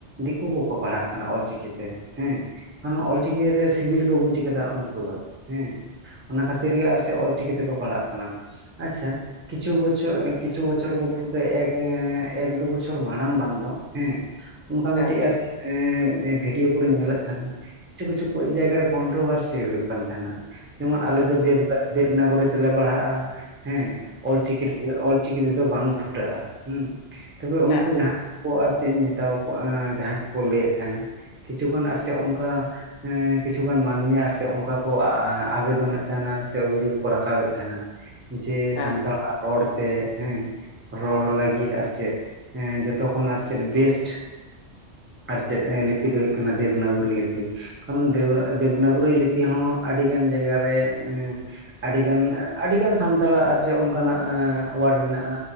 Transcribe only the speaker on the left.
ᱦᱮᱸ
ᱦᱮᱸ
ᱦᱮᱸ
ᱦᱮᱸ